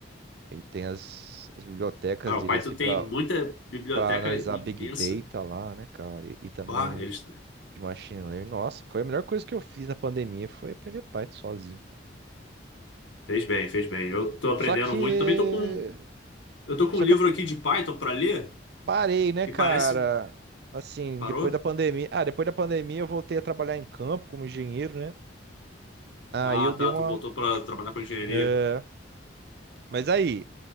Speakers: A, on the right (about 55°); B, on the left (about 85°).
A: ele tem as, as bibliotecas
B: Ah,
A: dele
B: o Python
A: assim para
B: tem muita biblioteca
A: para analisar
B: imensa.
A: Big Data lá, né, cara? E, e também
B: Pá, eles
A: de Machine Learning. Nossa, foi a melhor coisa que eu fiz na pandemia, foi aprender Python sozinho.
B: Fez bem, fez bem. Eu tô aprendendo
A: Só que,
B: muito. Também tô com, eu tô com
A: só
B: um livro
A: que eu
B: aqui de Python para ler,
A: parei, né,
B: que
A: cara?
B: parece.
A: Assim,
B: Parou?
A: depois da pandemia. Ah, depois da pandemia eu voltei a trabalhar em campo como engenheiro, né? Aí
B: Ah,
A: eu
B: tá.
A: dei uma.
B: Tu voltou para trabalhar com engenharia.
A: é, Mas aí,